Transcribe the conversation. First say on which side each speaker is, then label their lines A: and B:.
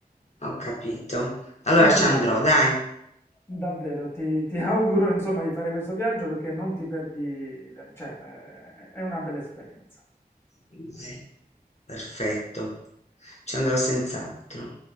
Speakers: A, on the left; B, on the left.
A: Ho capito. Allora
B: Consigliato.
A: ci andrò, dai.
B: Davvero, ti, ti <laughs> auguro insomma di fare questo viaggio perché non ti perdi, cioè eh, è una bella esperienza.
A: Dai, Perfetto. Ci andrò senz'altro.